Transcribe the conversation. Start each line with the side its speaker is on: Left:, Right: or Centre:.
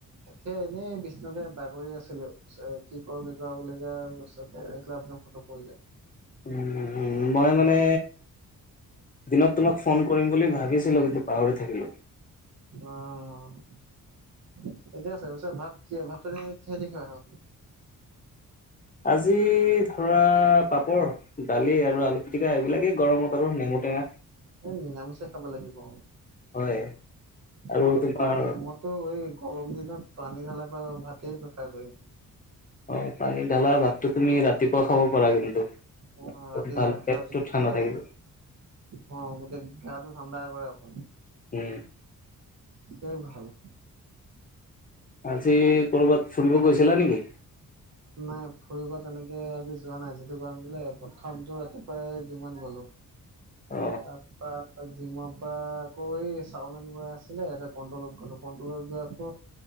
Right: এতিয়া এনেই বিচনাতে বাগৰি আছো। কি কৰোঁ
Left: উম, উম, শ্ৰেষ্ঠমই মানে, দিনত তোমাক ফোন কৰিম বুলি ভাবিছিলোঁ কিন্তু পাহৰি থাকিলো।
Right: অ'। এতিয়া তাৰপিচত ভাত কি ভাতটো কিহেদি খোৱা হ'ল?
Left: আজি ধৰা পাপৰ, দালি আৰু আলু পিটিকা এইবিলাকেই গৰমত আৰু নেমু টেঙা
Right: নিৰামিছে খাব লাগিব
Left: হয় আৰু
Right: মইতো
Left: তোমাৰ
Right: পানী মইতো এই গৰম দিনত পানী ঢালা ভাতেই প্ৰেফাৰ কৰিম।
Left: অ'। পানী ঢালা ভাতটো তুমি, ৰাতিপুৱা খাব পাৰা কিন্তু।
Right: অ', ৰাতি
Left: ভাল
Right: ভাত
Left: পেটটো
Right: খালা <unintelligible> তিয়াই
Left: ঠাণ্ডা
Right: থৈ।
Left: থাকিব
Right: অ', গোটেই গাটো ঠাণ্ডা কৰে অকন।
Left: উ,
Right: এইটোৱে ভাল।
Left: আজি কৰবাত ফুৰিব গৈছিলা নেকি?
Right: নাই ফুৰিব তেনেকে আজি যোৱা নাই, যিটো গৰম দিলে প্ৰথমটো ৰাতিপুৱাই যিমান গলো।
Left: অ
Right: তাৰপা, জিম পা আকৌ এই চাউল আনিব আছিলে, এ কণ্ট্ৰলত গলো কণ্ট্ৰলত যোৱা পাছত,